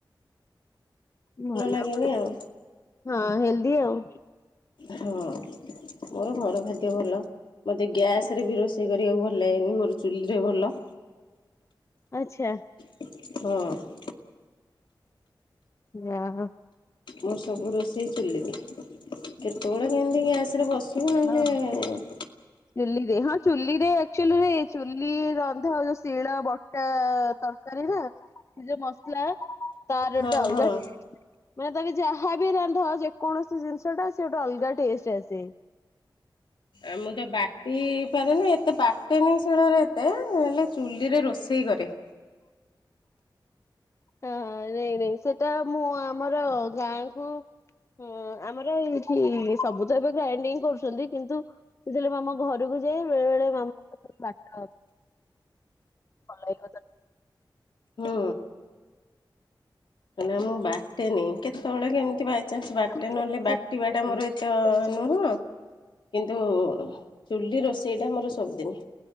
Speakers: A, on the left (about 35°); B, on the left (about 75°).
A: ଭଲ
B: ଲାଗେନି ଆଉ
A: ହଁ ହେଲଦି ଆଉ
B: ହଁ ମୋର ଘର ଖାଦ୍ୟ ଭଲ। ମତେ ଗ୍ୟାସ ରେ ବି ରୋଷେଇ କରିବାକୁ ଭଲ ଲାଗେନି ମୋର ଚୁଲିରେ ଭଲ।
A: <inaudible> ଆଚ୍ଛା
B: ହଁ
A: ନାଁ
B: ମୁଁ ସବୁ ରୋଷେଇ ଚୁଲିବି କେତେବେଳେ କେମିତି ଗ୍ୟାସ୍ରେ ବସ ସେ ଆେ
A: ହଁ।
B: <inaudible>
A: ଚୁଲିରେ ହଁ ଚୁଲିରେଚୁଆଲିରେ ଚୁଲି ରନ୍ଧାଉ ଯୋଉ ଶିଳ ବ ଟ ତରକାରୀ ନା ସେ ଯୋଉ ମସଲା ତାର
B: ହଁ
A: ଗୋଟେ ଅଲଗା
B: ହଁ
A: ମାନେ ତମେ ଯାହାବି ରାନ୍ଧ ଯେକୌଣସି ଜିନିଷ ଟା ସେ ଗୋଟେ ଅଲଗା ଟେଷ୍ଟ ଆସେ।
B: ଆଉ ମୁଁ ତ ବାଟି ପାରେନି ଏତେ ବାଟେନି ଶିଳରେ ଏତେ ହେଲେ ଚୁଲିରେ ରୋଷେଇ କରେ।
A: ହ ନାଇଁ ନାଇଁ ସେଟା ମୁଁ ଆମର ଗାଁ କୁ ହୁଁ ଆମର ଏଇଠି ସବୁ ତ ଏବେ ଗ୍ରାଇଣ୍ଡିଙ୍ଗ କରୁଛନ୍ତି କିନ୍ତୁ ସେତେବେଳେ ଆମ ଘରକୁ ଯାଏ ବେଳେ ବେଳେ ମାମା ବାଟ ଭଲ
B: ହୁଁ କ ନା ମୁଁ ବାଟେନି କେତେବେଳେ କେମିତି ବା- ଚାନ୍ସ ବାଟଟା
A: ତରକାରୀ।
B: ନହେଲେ ବାଟି ବାଟା ମୋର ଏତ ନୁହଁ କିନ୍ତୁ ଚୁଲି ରୋଷେଇଟା ଆମର ସବୁଦିନି।